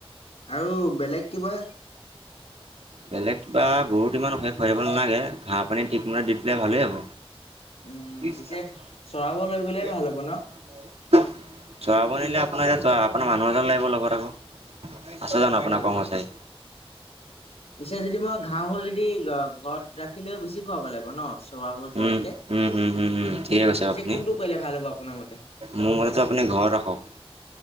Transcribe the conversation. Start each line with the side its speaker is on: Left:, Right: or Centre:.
Left: আৰু বেলেগ কিবা
Right: বেলেগ কিবা গৰুত ইমান শেষ ভব নালাগে ঘাঁহ পানী ঠিকমতে দি দিলে ভালে হ'ব।
Left: উম,
Right: <unintelligible>
Left: পিছে চৰাব লৈ গ'লে ভাল হ'ব ন?
Right: চৱাব নিলে আপোনাৰ এতিয়া আপোনাৰ মানুহ এজন লাগিব লগত আকৌ আছ জানো আপোনাৰ
Left: হয়।
Right: কৰ্মচাৰী?
Left: পিছে যদি মই ঘাঁহ হয় যদি ঘৰত ৰাখিলেও বেছি খুৱাব লাগিব ন চৰোয়াব যোৱাতকে?
Right: উম উম উম উম উম। ঠিক কৈছে
Left: পিছে
Right: আপুনি
Left: কোনটো কৰিলে ভাল হ'ব আপোনাৰ মতে?
Right: মোৰ মতে আপুনি ঘৰত ৰাখক